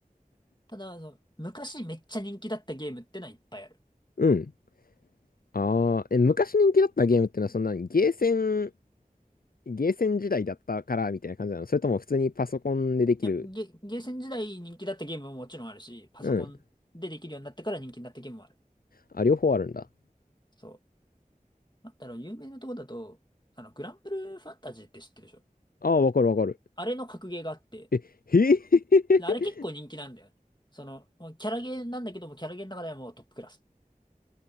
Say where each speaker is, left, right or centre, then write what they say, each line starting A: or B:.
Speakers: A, on the left (about 30°); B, on the left (about 85°).
A: ただ、あの、昔めっちゃ人気だったゲームってのはいっぱいある。
B: うん。ああ、え、昔人気だったゲームってのはそんなにゲーセン、ゲーセン時代だったからみたいな感じなのそれとも普通にパソコンでできる
A: いや、ゲ、ゲーセン時代人気だったゲームももちろんあるし、パソコンでできるようになってから人気になったゲームもある。
B: うん。あ、両方あるんだ。
A: そう。なんだろう、有名なとこだと、あの、グランブルーファンタジーって知ってるでしょ
B: ああ、わかるわかる。
A: あれの格ゲーがあって、
B: え、へえ
A: あれ結構人気なんだよね。
B: <laughs>
A: その、もうキャラゲーなんだけども、キャラゲーの中ではもうトップクラス。